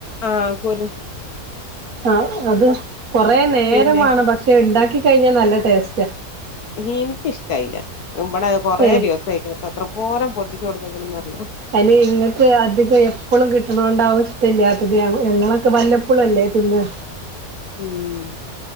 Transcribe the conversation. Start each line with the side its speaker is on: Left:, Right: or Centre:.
Left: ആഹ് കുര്
Right: ആഹ് അത് കൊറെ നേരമാണ്
Left: പിന്നെ
Right: പക്ഷെ ണ്ടാക്കി കഴിഞ്ഞാ നല്ല ടേസ് റ്റാ
Left: ഇൻക്ക് ഇഷ്ട്ടായില്ല ഇവടെ കൊറെ
Right: ഏഹ്
Left: ദിവസം ആയിക്ക്ണ് പത്ര പോരം പൊട്ടിച്ചു കൊടുന്ന്ക്കണറിയോ
Right: അയ്ന് ഇങ്ങൾക്ക് അധികം എപ്പളും കിട്ട്ണതോണ്ടാവും ഇഷ്ട്ടല്ലാത്തത് അ ഞങ്ങളൊക്കെ വല്ലപ്പോളല്ലെ തിന്ന
Left: ഉം